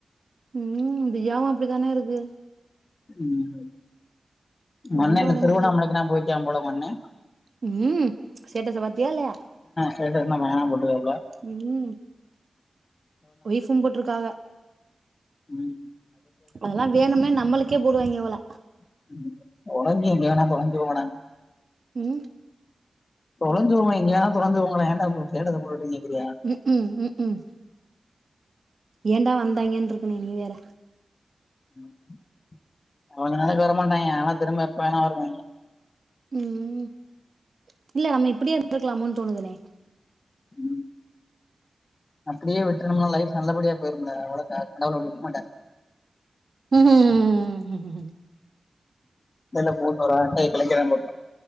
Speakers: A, on the right; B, on the left.
A: உம் இந்த யாவும் அப்டித்தானே இருக்கு
B: உம்
A: ரொம்ப
B: மண்ணெண்ண
A: அடம்
B: திருவண்ணாமலைக்கெல்லா போயிருக்கா போல உங்க அண்ணே
A: உம் ஸ்டேட்டஸ்ச பாத்தியா இல்லயா
B: ஸ்டேட்டஸ்ல்லா பயங்கரமா போட்டு இருக்காப்ல
A: உம் ஒய்ஃப்பும் போட்ருக்காக
B: உம்
A: அதெல்லா வேணுன்னே நம்மளுக்கே போடுவாங்க போல
B: <unintelligible> தொழஞ்சி போங்கடான்னு
A: ம்
B: தொலைஞ்சிபோங்களே எங்கிவேனா தொலைஞ்சிபோங்களே ஏண்டா இப்போ ஸ்டேட்டஸ் போட்டுட்டு கேக்குறியா
A: ம் ம்ஹும் ஏண்டா வந்தாங்கன்ன இருக்குண்ணே நீ வேற
B: <unintelligible> மாட்டேங்க ஆனா திரும்ப எப்ப வேணாவென வருவ
A: ம் ம் இல்ல நம்ம இப்டியே இருந்திருக்குளமோன் தோணுதுனே
B: ம் அப்டியே விட்டுறணும்லா லைஃப் நல்லபடியா போய்டும்ல ஒழுங்கா கடவுள் <inaudible> மாட்டாரு
A: ம்ஹும் ம் ம் ம் ம் ம் ம்
B: இல்லல்ல மூணுறு அட்டைய கிழக்க தா பாப்பே